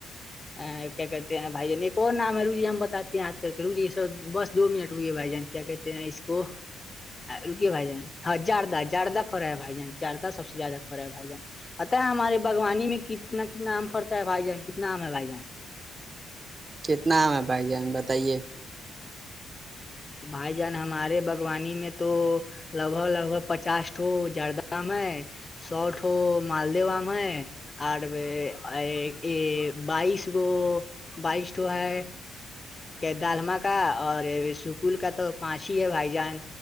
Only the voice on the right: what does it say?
کتنا آام ہے بھائی جان بتائیے